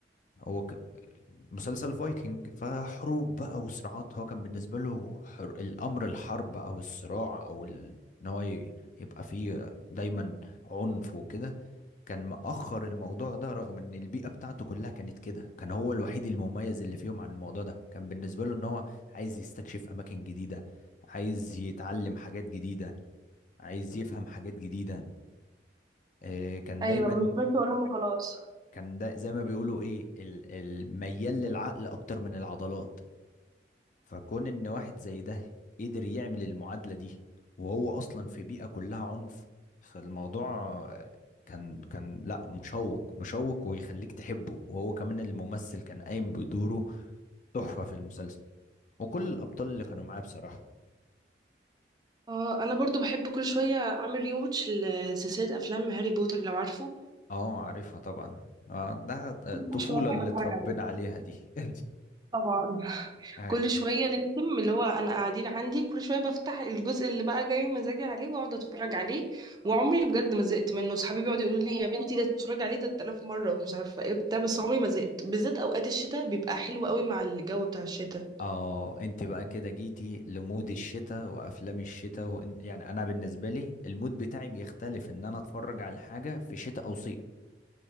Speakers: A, on the left; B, on the right.
A: هو ك... مسلسل فايكنج فحروب بقى وصراعات هو كان بالنسبة له حر... الأمر الحرب أو الصراع أو ال... إن هو ي... يبقى فيه دايما عنف وكده كان مأخر الموضوع ده رغم ان البيئة بتاعته كلها كانت كده كان هو الوحيد المميز اللي فيهم عن الموضوع ده كان بالنسبة له ان هو عايز يستكشف اماكن جديدة عايز يتعلم حاجات جديدة عايز يفهم حاجات جديدة آه، كان
B: ايوه
A: دايما
B: مش ماشي وراهم وخلاص
A: كان ده زي ما بيقولوا ايه ال- الميال للعقل اكتر من العضلات فكون ان واحد زي ده قدر يعمل المعادلة دي وهو اصلا في بيئة كلها عنف فالموضوع آه، كان كان لا مشوق مشوق ويخليك تحبه وهو كمان الممثل كان قايم بدوره تحفة في المسلسل وكل الابطال اللي كانوا معاه بصراحة
B: اه انا برضو بحب كل شويه اعمل ريوتش لسلسله افلام هاري بوتر لو عارفه
A: اه عارفها طبعا اه ده الطفولة
B: كل شويه بحب
A: اللي
B: اتفرج
A: اتربينا
B: عليها
A: عليها دي <laughs>
B: طبعا
A: <laughs>
B: كل شوية لازم اللي هو أنا قاعدين عندي كل شوية بفتح الجزء اللي بقى جاي مزاجي عليه وأقعد أتفرج عليه وعمري بجد ما زهقت منه صحابي بيقعدوا يقولوا لي يا بنتي ده تتفرج عليه 3000 مرة ومش عارفة إيه بتاع بس عمري ما زهقت بالذات أوقات الشتاء بيبقى حلو قوي مع الجو بتاع الشتاء
A: اه انت بقى كده جيتي لمود الشتاء وافلام الشتاء و... يعني انا بالنسبه لي المود بتاعي بيختلف ان انا اتفرج على حاجه في شتاء او صيف